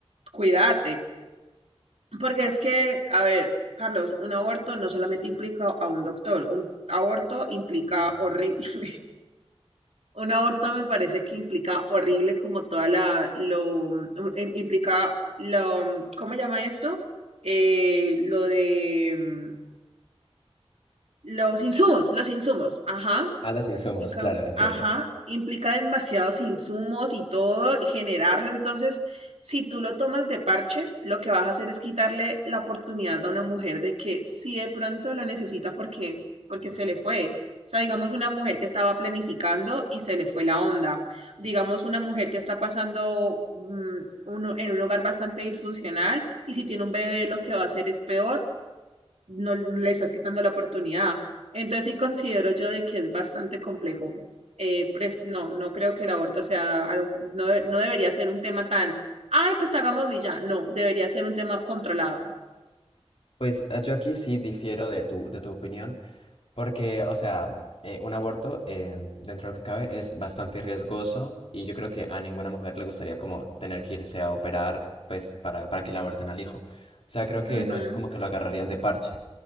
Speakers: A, on the right; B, on the left.
A: cuídate. Porque es que, a ver, Carlos, un aborto no solamente implica a un doctor, un aborto implica horrible. <laughs> Un aborto me parece que implica horrible como toda la, lo, im- implica lo, mm, ¿cómo llama esto? Eh, lo de mm, Los insumos, los insumos, ajá,
B: A las insumos,
A: Chica.
B: claro, entiendo.
A: ajá, implica demasiados insumos y todo, y generarlo. Entonces, si tú lo tomas de parche, lo que vas a hacer es quitarle la oportunidad a una mujer de que si de pronto lo necesita porque, porque se le fue. O sea, digamos una mujer que estaba planificando y se le fue la onda. Digamos una mujer que está pasando mm, uno- en un hogar bastante disfuncional y si tiene un bebé lo que va a hacer es peor no le estás quitando la oportunidad. Entonces sí considero yo de que es bastante complejo. Eh, pref- no, no creo que el aborto sea algo, no, de- no debería ser un tema tan, ay, pues hagámoslo y ya. No, debería ser un tema controlado.
B: Pues eh, yo aquí sí difiero de tu, de tu opinión, porque, o sea, eh, un aborto, eh, dentro de lo que cabe, es bastante riesgoso y yo creo que a ninguna mujer le gustaría como tener que irse a operar, pues, para, para que le aborten al hijo. O sea, creo que
A: Ujú,
B: no es como que lo agarrarían de parche.